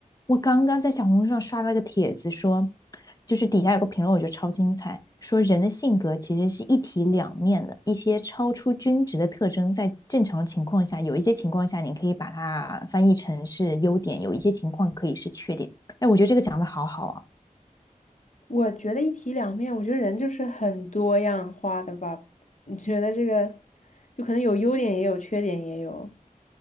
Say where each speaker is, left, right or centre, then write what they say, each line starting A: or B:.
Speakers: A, on the left; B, on the left.
A: 我刚刚在小红书上刷了个帖子说，就是底下有个评论，我觉得超精彩，说人的性格其实是一体两面的，一些超出均值的特征，在正常的情况下，有一些情况下你可以把它翻译成是优点，有一些情况可以是缺点。哎，我觉得这个讲的好好啊。
B: 我觉得一体两面，我觉得人就是很多样化的吧。你觉得这个，就可能有优点也有缺点也有。